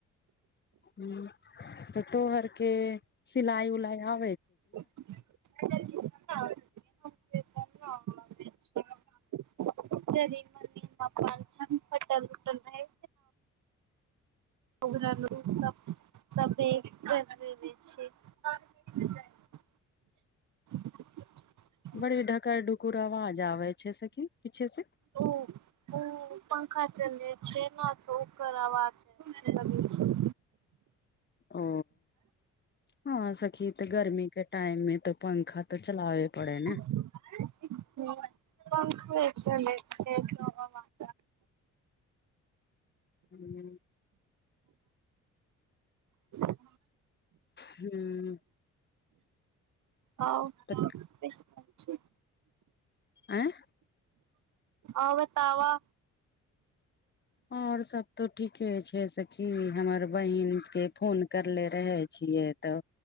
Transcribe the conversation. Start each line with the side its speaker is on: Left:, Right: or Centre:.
Left: ह तऽतो हरके सिलइ उलाइ आ
Right: <unintelligible> <unintelligible> मान पटल उटल रह <unintelligible>
Left: <inaudible>
Right: <inaudible>
Left: बड़ी ढकल ढुकुर आवाज आबै छैय सखी पीछे से।
Right: ओ ओ पंखा चल छैय न त ओकर आवाज <unintelligible>
Left: ओ हँ सखी त गर्मीके टाइम मे तऽ पंखा तऽ चलावे पड़े ने।
Right: हूं पंखे चले छैय <unintelligible>
Left: हूँ
Right: ह
Left: हू
Right: आव <unintelligible>
Left: तऽ आँय
Right: आब ताबा
Left: और सब तो ठीके छैय सखी हमर बहिन के फोन करले रहै। छियै तऽ